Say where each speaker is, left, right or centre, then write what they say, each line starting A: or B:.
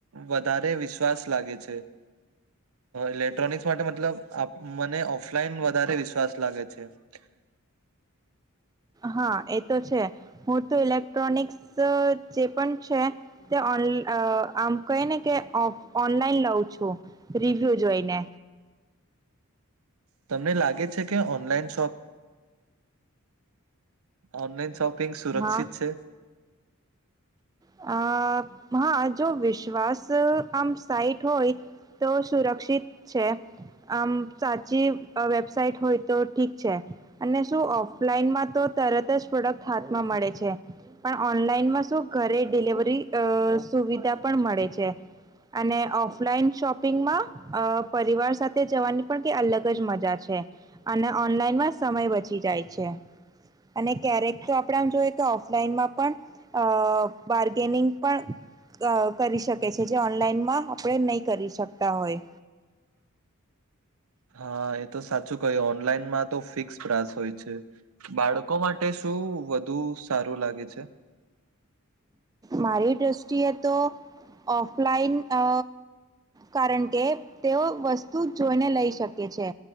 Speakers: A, on the right; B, on the right.
A: વધારે વિશ્વાસ લાગે છે ઇલેક્ટ્રોનિક્સ માટે મતલબ મને ઓફલાઈન વધારે વિશ્વાસ લાગે છે. હ.
B: હા એ તો છે હું તો ઇલેક્ટ્રોનિક્સ જે પણ છે તે ઓનલાન. આમ કહી ને કે ઓનલાઈન લઉં છું રિવ્યુ જોઈને.
A: તમને લાગે છે કે ઓનલાઇન શોપ. ઓનલાઈન શોપિંગ સુરક્ષિત
B: હા
A: છે.
B: અ હા જો વિશ્વાસ. આમ સાઈટ હોય તો સુરક્ષિત છે આમ સાચી. વેબસાઇટ હોય તો ઠીક છે અને શું ઓફલાઈનમાં તો તરત જ પ્રોડક્ટ હાથમાં. મળે છે પણ ઓનલાઈનમાં શું. ઘરે ડિલવરી સુવિધા પણ મળે છે. અને ઓફલાઈન શોપિંગમાં પરિવાર સાથે જવાની પણ કઈ અલગ જ મજા છે અને ઓનલાઈન માં સમય બચી જાય છે અને ક્યારેક તો આપણે આમ જોઈએ કે ઓફલાઈનમાં પણ અ બાર્ગેનિંગ પણ અ કરી શકે છે જે ઓનલાઈનમાં આપણે નહીં કરી શકતા હોય
A: <unintelligible> હા એ તો સાચું કયું ઓનલાઈનમાં તો ફિક્સ પ્રાસ હોય છે બાળકો માટે શું શું વધુ સારું લાગે છે
B: મારી દ્રષ્ટિએ તો ઓફલાઈન અ કારણ કે તેઓ વસ્તુ જોઈને લઈ શકે છે